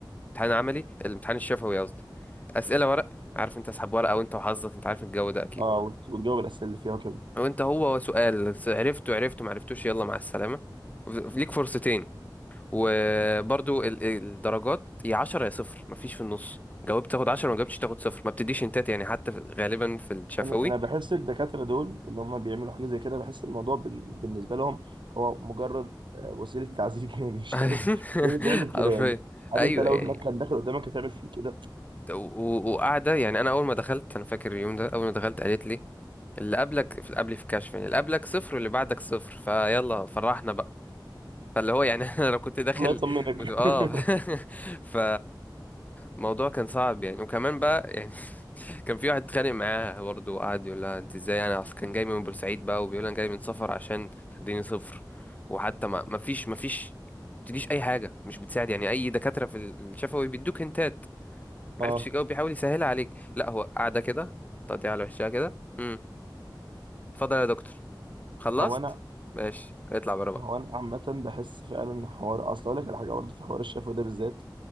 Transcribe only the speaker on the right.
اه وت- وتجاوب الاسئله اللي فيها وكده
يعني انا بحس الدكاتره دول اللي هم بيعملوا حاجه زي كده بحس الموضوع بال- بالنسبه لهم هو مجرد آه، وسيله تعذيب <laughs> يعني مش
عارف ليه بيعمل كده
يعني هل
انت لو
ابنك كان داخل قدامك هتعمل فيه كده
الله يطمنك
<laughs>
اه
هو انا
هو انا عامه بحس فعلا حوار اصل اقول لك على حاجه برضه في حوار الشفوي ده بالذات